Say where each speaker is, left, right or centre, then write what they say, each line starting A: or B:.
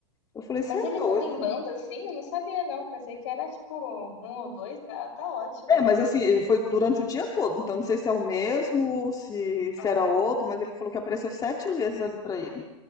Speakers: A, on the left; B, on the left.
A: Eu falei, você
B: Mas
A: é
B: eles
A: doido.
B: andam em banda assim? Eu não sabia, não. Pensei que era tipo um ou dois, tá, tá ótimo.
A: É, mas assim, ele foi durante o dia todo, então não sei se é o mesmo, se, se
B: Ah,
A: era outro, mas ele falou que apareceu sete vezes ali pra ele.